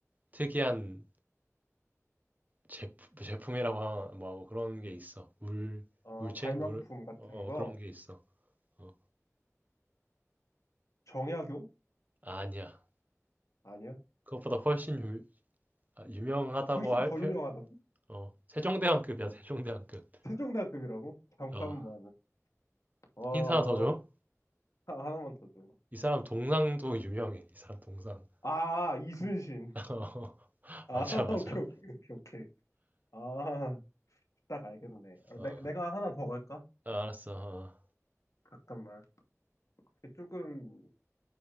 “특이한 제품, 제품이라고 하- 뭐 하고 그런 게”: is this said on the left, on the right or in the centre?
Right